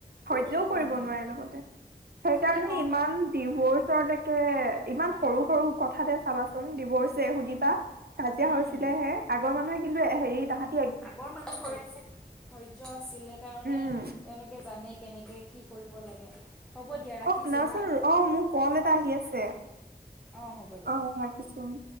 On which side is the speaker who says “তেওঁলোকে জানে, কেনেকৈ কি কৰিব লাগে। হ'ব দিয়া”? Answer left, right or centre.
Centre